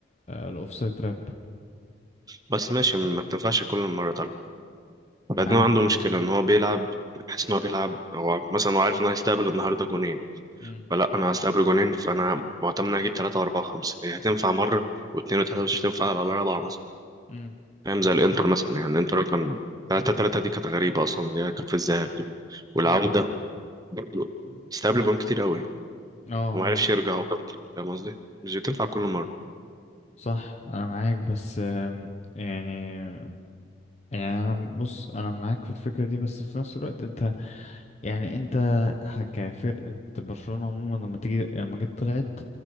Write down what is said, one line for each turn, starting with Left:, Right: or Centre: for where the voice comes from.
Left: الاوفسايد تراب
Right: بس ماشي ما بتنفعش كل مرة طبعا
Left: مع
Right: بعدين هو عنده مشكلة إن هو بيلعب بحس إن هو بيلعب هو مثلا هو عارف إن هو هيستقبل النهاردة جونين
Left: امم
Right: فلا انا هستقبل جونين فانا معتمد اني هجيب ثلاثه واربعه وخمسه هي هتنفع مره واثنين وثلاثه بس مش هتنفع على الاربعه مثلا
Left: امم
Right: فاهم زي الانتر مثلا يعني الانتر كان ثلاثه ثلاثه دي كانت غريبه اصلا اللي هي كانت في الذهاب والعوده
Left: امم
Right: برضه استقبل جون كتير قوي
Left: اه
Right: وما عرفش يرجع برضه فاهم قصدي مش بتنفع كل مره
Left: صح انا معاك بس آم، يعني يعني انا بص انا معاك في الفكرة دي بس في نفس الوقت انت يعني انت ه- كفرقة برشلونة عموما لما تيجي لما جيت طلعت